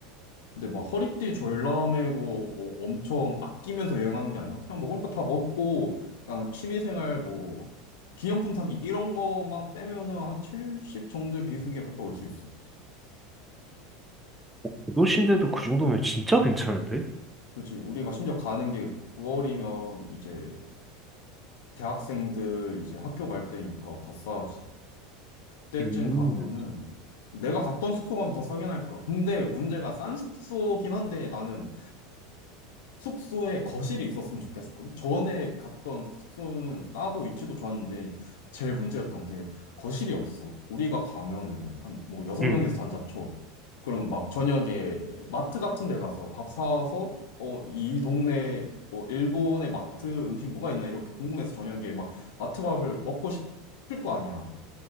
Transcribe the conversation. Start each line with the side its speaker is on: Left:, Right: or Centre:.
Left: 근데 막 허리띠 졸라매고 뭐 엄청 아끼면서 여행하는 게 아니라 그냥 먹을 거 다 먹고 그냥 취미생활 뭐 기념품 사기 이런 거만 빼면은 한 70 정도의 비수기에 갔다 올 수 있음.
Centre: 그 도시인데도 그 정도면 진짜 괜찮은데?
Left: 그렇지. 우리가 심지어 가는 게 9월이면 이제 대학생들 이제 학교 갈 때니까 더 싸지. 그때쯤
Centre: 음.
Left: 가면은 내가 갔던 숙소 가면 더 싸게 날 거야. 근데 문제가 싼 숙소긴 한데 나는 숙소에 거실이 있었으면 좋겠군. 전에 갔던 숙소는 싸고 위치도 좋았는데 제일 문제였던 게 거실이 없어. 우리가 가면은 한 뭐 여섯
Centre: 응,
Left: 명이서 잔다 쳐. 그럼 막 저녁에 마트 같은 데 가서 밥 사와서 어, 이 동네 뭐 일본의 마트 음식 뭐가 있나 이렇게 궁금해서 저녁에 막 마트 밥을 먹고 싶을 거 아니야.